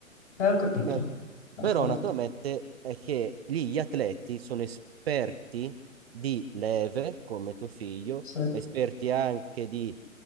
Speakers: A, on the left; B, on the right.
A: Eh, ho capito,
B: No,
A: la
B: Però
A: forte,
B: naturalmente è che lì gli atleti sono esperti di leve, come tuo figlio,
A: sì.
B: ma esperti anche di